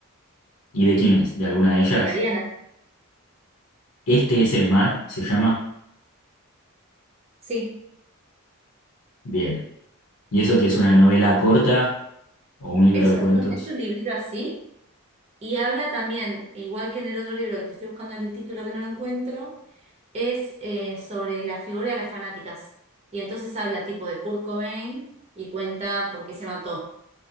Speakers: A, on the left; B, on the right.
A: ¿Y de quién es? ¿De alguna de ellas?
B: de Mariana.
A: Este es el mar, se llama.
B: Sí.
A: Bien. ¿Y eso que es una novela corta o un libro
B: Eso
A: de cuentos?
B: es un, es un librito así. Y habla también, igual que en el otro libro que te estoy buscando el título que no lo encuentro, es eh, sobre la figura de las fanáticas. Y entonces habla tipo de Kurt Cobain y cuenta por qué se mató.